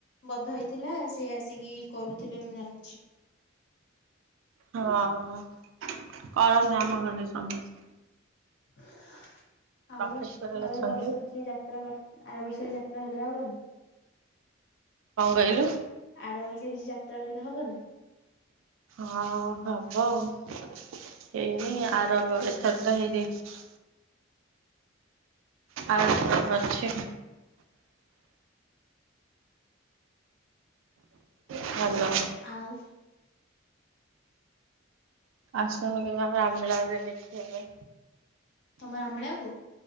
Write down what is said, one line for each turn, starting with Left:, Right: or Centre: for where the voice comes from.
Left: ବଧ ହେଇଥିଲା। ସେ ଆସିକି କରୁଥିଲେ ମୁଁ ଜାଣିଛି।
Right: ହଁ କରନ୍ତୁ ଆମ ଘରେ ସମସ୍ତେ।
Left: ଆଉ,
Right: ପ୍ରଫେସନାଲ
Left: ଆଉ
Right: ଅଛନ୍ତି।
Left: ଏ ବର୍ଷ କିଛି ଯା ବ ଆର ବର୍ଷ ଯାତ୍ରା ଭାତ୍ରା ହବନି?
Right: କଣ କହିଲୁ?
Left: ଆର ବର୍ଷ କିଛି ଯାତ୍ରା ପରିକା ହବନି?
Right: ହଁ ହବ ଆଉ। ହେଇନି ଆର ଏଥର ତ ହେଇଯାଇଛି। ଆରଥର ଅଛି। ଭଲ।
Left: ଆଉ
Right: ଆସୁନୁ କେବେ ଆମ ରାମବେଳାରେ ଦେଖିବା।
Left: ତମ ଅମିଳା କୁ।